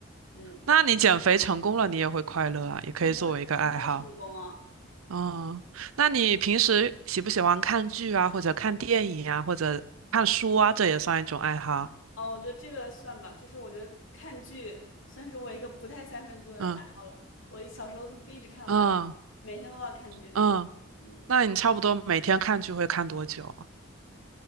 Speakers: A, on the left; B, on the right.
A: 嗯，
B: 那你减肥成功了，你也会快乐啊，也可以作为一个爱好。
A: 我没有，我没有成功啊。
B: 嗯，那你平时喜不喜欢看剧啊，或者看电影啊，或者看书啊？这也算一种爱好啊。
A: 啊，我觉得这个算吧，就是我觉得看剧算是我一个不太三分钟的爱好了。
B: 嗯，
A: 我小时候从一直看到大，
B: 嗯
A: 每天都要看剧。
B: 嗯，
A: 嗯。
B: 那你差不多每天看剧会看多久啊？